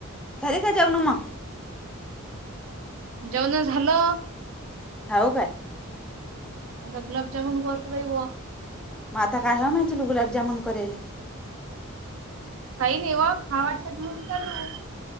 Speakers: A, in the centre; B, on the right.
A: झालं का जेवणं मग?
B: जेवण झालं.
A: हाव काय.
B: ग गुलाबजमुुन करतो बाई व
A: म आता काय ह माहितील गुलाबजामन करेले?
B: काही नाही हो खाऊ वाटात घेऊन चालू.